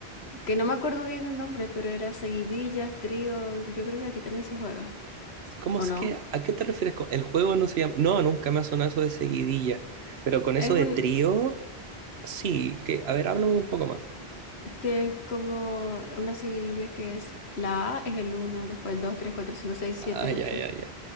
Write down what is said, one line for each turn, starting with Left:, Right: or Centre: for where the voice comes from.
Left: Que no me acuerdo bien el nombre, pero era seguidillas, trío, yo creo que aquí también se juega,
Right: ¿Cómo
Left: ¿o
Right: es
Left: no?
Right: que, a qué te refieres con el juego no se llama? No, nunca me ha sonado eso de seguidilla, pero con
Left: Es
Right: eso de
Left: un,
Right: trío, sí, que, a ver, háblame un poco más.
Left: que es como una seguidilla que es la A es el uno, después el 2, 3, 4, 5, 6, siete,
Right: Ay,
Left: 8.
Right: ay, ay, ay.